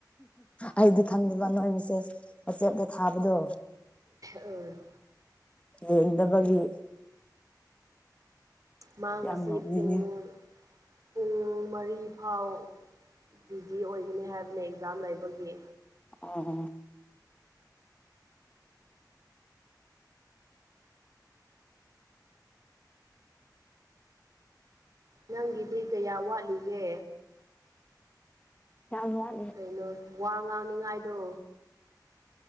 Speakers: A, on the left (about 15°); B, on the right (about 50°).
A: ꯑꯩꯗꯤ ꯈꯪꯗꯕ ꯅꯣꯏ ꯃꯤꯁꯦꯁ ꯋꯥꯆꯦꯞꯇ ꯊꯥꯕꯗꯣ
B: ꯎꯝ
A: ꯌꯦꯗꯕꯒꯤ
B: ꯃꯥ
A: ꯌꯥꯝ
B: ꯑꯁꯤ
A: ꯅꯣꯛꯅꯤꯡꯉꯦ
B: ꯄꯨꯡ ꯄꯨꯡ ꯃꯔꯤ ꯐꯥꯎ ꯕꯤꯖꯤ ꯑꯣꯏꯒꯅꯤ ꯍꯥꯏꯕꯅꯦ ꯑꯦꯛꯖꯥꯝ ꯂꯩꯕꯒꯤ
A: ꯑꯣ
B: ꯅꯪꯒꯤꯗꯤ ꯀꯌꯥ ꯋꯥꯠꯂꯤꯒꯦ
A: ꯌꯥꯝꯋꯥꯠ
B: ꯀꯩꯅꯣ ꯋꯥ ꯉꯥꯡꯅꯤꯉꯥꯏꯗꯣ